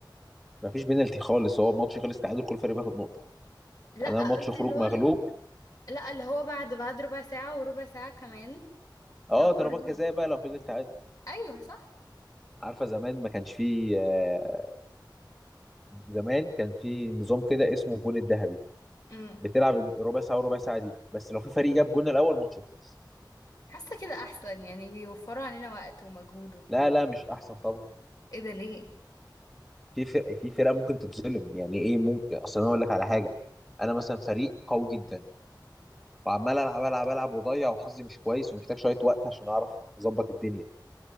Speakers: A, in the centre; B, on the left.
A: ما فيش بينالتي خالص هو الماتش خلص تعادل كل فريق بياخد نقطه
B: لا
A: انا ماتش
B: قصدي
A: خروج
B: اللي هو
A: مغلوب
B: الم... لا اللي هو بعد بعد ربع ساعة وربع ساعة كمان
A: اه
B: لو
A: ضربات
B: برضه
A: جزاء بقى لو فضل تعادل
B: ايوه صح
A: عارفه زمان ما كانش فيه آه، زمان كان فيه نظام كده اسمه الجون الذهبي
B: امم
A: بتلعب ربع ساعه وربع ساعه دي بس لو في فريق جاب جون الاول ماتش يخلص
B: حاسة كده احسن يعني بيوفروا علينا وقت ومجهود وبتاع
A: لا لا مش احسن طبعا
B: ايه ده ليه
A: في فرق في فرقه ممكن تتظلم يعني ايه ممكن اصل انا اقول لك على حاجه انا مثلا فريق قوي جدا وعمال العب العب العب واضيع وحظي مش كويس ومحتاج شويه وقت عشان اعرف اظبط الدنيا